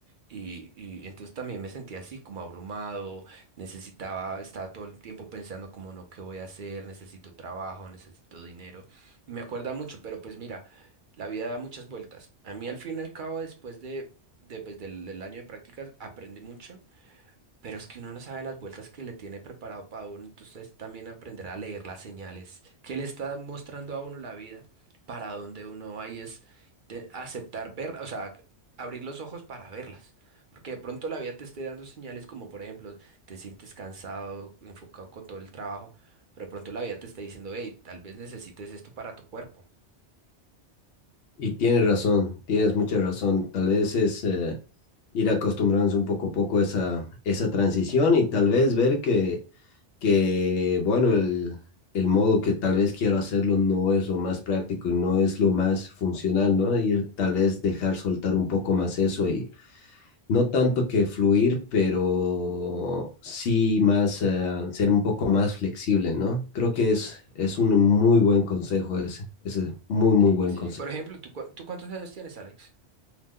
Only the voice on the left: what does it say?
Y tienes razón, tienes mucha razón. Tal vez es eh, ir acostumbrándose un poco a poco a esa, esa transición y tal vez ver que que, bueno, el, el modo que tal vez quiero hacerlo no es lo más práctico y no es lo más funcional, ¿no? Ir tal vez dejar soltar un poco más eso y no tanto que fluir, pero sí más eh, ser un poco más flexible, ¿no? Creo que es, es un muy buen consejo ese, ese muy, muy
buen
consejo.